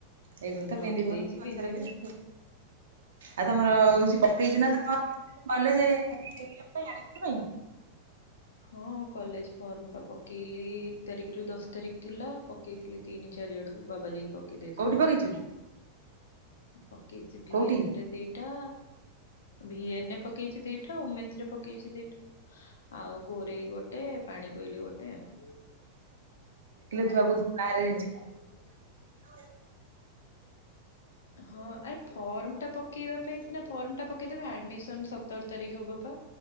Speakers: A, on the right; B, on the left.
A: ଏଇଗୁଣ ତ ପିନ୍ଧିବୁ
B: ରଖିଦେଇଚି
A: ପଛରେ
B: ପିନ୍ଧିବି
A: ପିନ୍ଧିବୁ
B: ଆଉ।
A: ଆଉ ତମର ହଉଚି ପକେଇଚି ନା ତ କଣ <unintelligible> ଆଡ଼ମିଶନ୍ ପାଇଁ?
B: ହଁ କଲେଜ୍ ଫର୍ମ୍ ପା ପକେଇଲି ଏକ୍ ତାରିଖରୁ ଦଶ୍ ତାରିଖ ଥିଲା ପକେଇ ଥିଲି ତିନି ଚାରି ଆଡକୁ ବାବା ଯାଇକି ପକେଇ ଦେଇଥିଲେ।
A: କଉଠି ପକେଇଚୁ?
B: ପକେଇଚି ଭି
A: କୋଉଠି?
B: ଏନ୍ ରେ ଦି ଦିଇଟା ଭି ଏନ୍ ରେ ପକେଇଚି ଦିଇଟା ଆଉ ଓମେନସ୍ ରେ ପକେଇଚି ଦିଇ ଟା ଆଉ କୋରେଇ ଗୋଟେ ପାଣି କୋଇଲି ଗୋଟେ ଆଉ।
A: <unintelligible>
B: ବୋବା କରିଦେଲେ। ହଁ ଆରେ ଫର୍ମ୍ ଟା ପକେଇବା ପାଇଁ ସିନା ଫର୍ମ୍ ଟା ପକେଇ ଦେବେ ଆଡମିଶନ୍ ସତର୍ ତାରିଖ୍ ହବ ପା।